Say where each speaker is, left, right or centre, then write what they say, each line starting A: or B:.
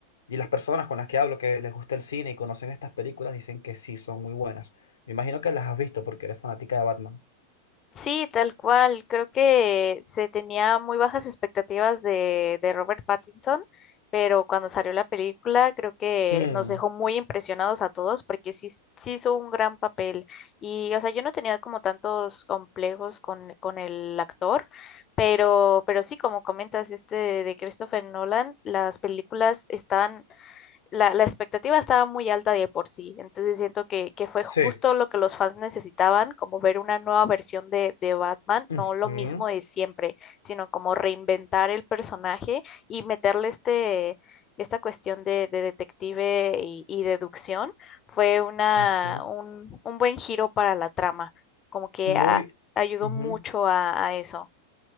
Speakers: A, on the left; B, on the left.
A: y las personas con las que hablo que les gusta el cine y conocen estas películas, dicen que sí, son muy buenas. Me imagino que las has visto porque eres fanática de Batman.
B: Sí, tal cual. Creo que se tenía muy bajas expectativas de, de Robert Pattinson, pero cuando salió la película creo que
A: Mm,
B: nos dejó muy impresionados a todos porque sí, sí hizo un gran papel. Y, o sea, yo no tenía como tantos complejos con, con el actor, pero, pero sí, como comentas, este de Christopher Nolan, las películas están la, la expectativa estaba muy alta de por sí, entonces siento que, que fue
A: sí.
B: justo lo que los fans necesitaban, como ver una nueva versión de, de Batman,
A: Ujú,
B: no lo mismo de siempre, sino como reinventar el personaje y meterle este, esta cuestión de, de detective y, y deducción, fue una,
A: ujú.
B: un, un buen giro para la trama, como que
A: Muy,
B: a- ayudó
A: ujú.
B: mucho a, a eso.